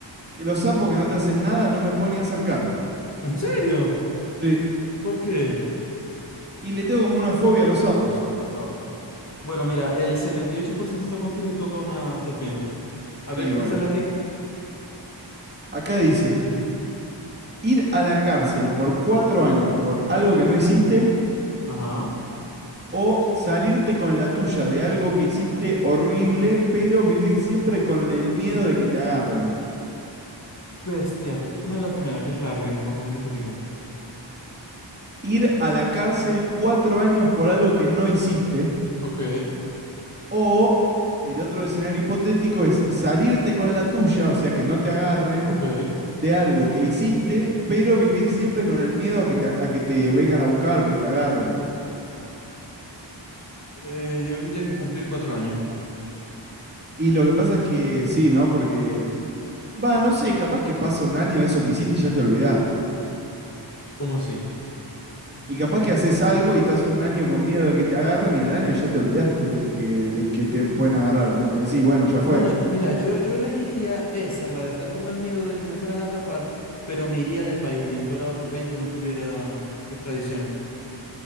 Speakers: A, on the right; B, on the left.
A: Y los sapos que no te hacen nada no me puedo ni acercar.
B: ¿En serio?
A: Sí.
B: ¿Por qué?
A: Y le tengo como una fobia a los sapos.
B: Ah. Bueno, mira, el 78% está contigo y toca una serpiente. A ver
A: Y
B: qué
A: bueno.
B: te sale a ti.
A: Acá dice, ir a la cárcel por cuatro años por algo que no hiciste
B: Ajá.
A: o salirte con la tuya de algo que hiciste horrible, pero vivir siempre con el miedo de que te agarren.
B: Bestia, repíteme la primera, que es larga y me confundí un poquito.
A: Ir a la cárcel cuatro años por algo que no hiciste
B: Ok,
A: o el otro escenario hipotético es salirte con la tuya, o sea, que no te agarren
B: ok.
A: de algo que hiciste, pero vivir siempre con el miedo a que te, a que te vengan a buscar, que te agarren.
B: Eh, yo diría que cumplir cuatro años.
A: Y lo que pasa es que sí, ¿no? Porque Va, no sé, capaz que pasa un año de eso que hiciste y ya te olvidaste.
B: ¿Cómo así?
A: Y capaz que haces algo y estás un año con miedo de que te agarren y al año ya te olvidaste de que, de que te pueden agarrar. Como que decís, bueno, ya fue.
B: Bueno, mira, yo, yo elegiría esa, la de estar con el miedo de que me fueran a atrapar, pero me iría del país y me fuera a otro país que no tuviera extradición.